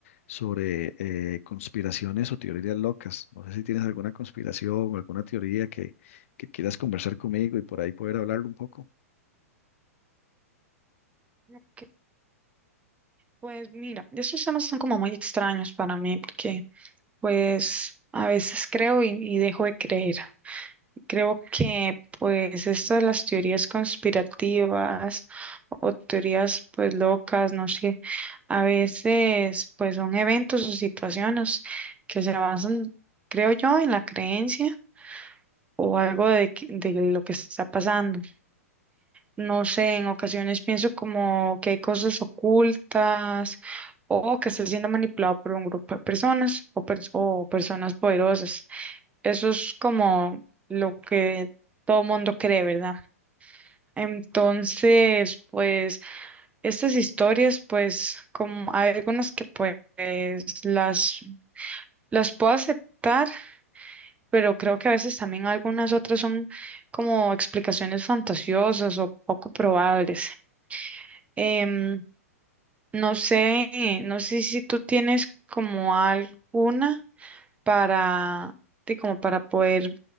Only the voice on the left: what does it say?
sobre eh, conspiraciones o teorías locas. No sé si tienes alguna conspiración o alguna teoría que, que quieras conversar conmigo y por ahí poder hablarlo un poco.